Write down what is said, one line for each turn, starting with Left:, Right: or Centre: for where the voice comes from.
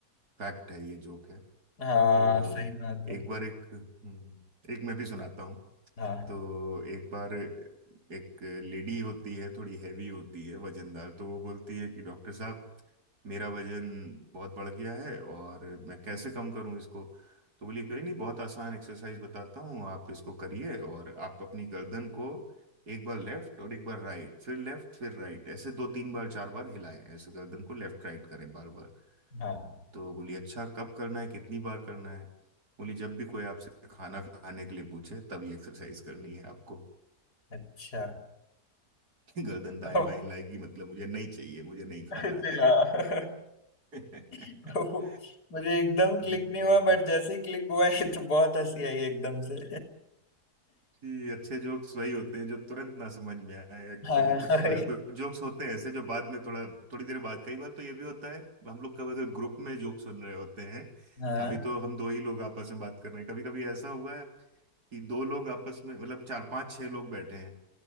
Right: फैक्ट है ये जोक है
Left: हाँ
Right: तो
Left: सही बात है
Right: एक बार एक हम्म, एक मैं भी सुनाता
Left: हाँ
Right: तो एक बार एक लेडी होती है थोड़ी हैवी होती है वजनदार तो वो बोलती है कि डॉक्टर साहब मेरा वजन बहुत बढ़ गया है और मैं कैसे कम करूं इसको तो बोली कोई नहीं बहुत आसान एक्सरसाइज बताता हूँ आप इसको करिए और आप अपनी गर्दन को एक बार लेफ्ट और एक बार राइट फिर लेफ्ट फिर राइट ऐसे दो तीन बार चार बार हिलाएं ऐसे गर्दन को लेफ्ट राइट करें बार बार
Left: हाँ
Right: तो बोली अच्छा कब करना है कितनी बार करना है बोली जब भी कोई आपसे खाना खाने के लिए पूछे तब ये एक्सरसाइज करनी है आपको
Left: अच्छा
Right: <laughs> गर्दन दाएं
Left: तो,
Right: बाएं लाएगी मतलब मुझे नहीं चाहिए मुझे नहीं खाना
Left: अरे
Right: है
Left: यार
Right: <laughs>
Left: तो मुझे एकदम क्लिक
Right: हम्म,
Left: नहीं हुआ बट जैसे ही क्लिक हुआ ये तो बहुत हंसी आई एकदम से
Right: जी अच्छे जोक्स वही होते हैं जो तुरंत ना समझ में आए एक्चुअली
Left: हाँ
Right: कुछ
Left: हाँ
Right: बार कुछ जोक्स होते हैं ऐसे जो बाद में थोड़ा थोड़ी देर बाद कई बार तो ये भी होता है हम लोग कब अगर ग्रुप में जोक सुन रहे होते हैं
Left: हाँ
Right: अभी तो हम दो ही लोग आपस में बात कर रहे हैं कभी कभी ऐसा हुआ है कि दो लोग आपस में मतलब चार पांच छह लोग बैठे हैं